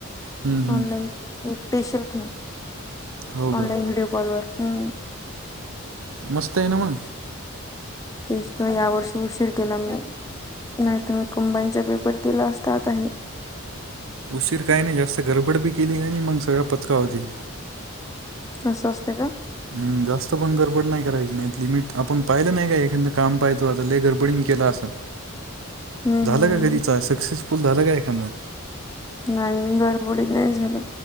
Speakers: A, on the right (about 70°); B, on the left (about 15°).
A: हम्म, हम्म.
B: ऑनलाईन पेशल घे
A: हो का
B: ऑनलाईन व्हिडिओ कॉल वर हम्म
A: मस्ते ना म
B: तेचं तर यावर्षी उशीर केला मी नाही तुम्ही कंबाईनचा पेपर दिला असता आता हे
A: उशीर काय नाही जास्त गडबड बी केली का नाही मग सगळ पचका होती
B: अस असतंय का
A: हम् जास्त पण गरबड नाही करायची नाही लिमिट आपण पाहिलं नाही काय एखांदं काम पाहि लई गरबडीन केल अस
B: हम्म
A: झालं
B: हम्म
A: काय कधी सक्सेस फुल झाला काय एखांदा
B: नाही गरबडीत नाही झालं